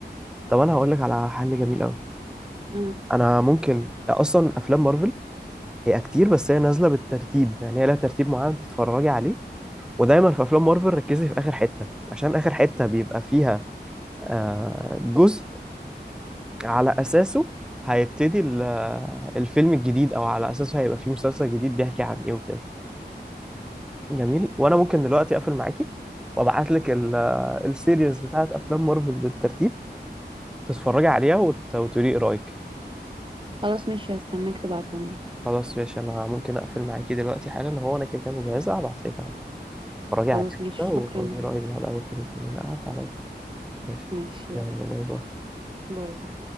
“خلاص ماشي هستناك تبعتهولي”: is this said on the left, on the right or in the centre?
Right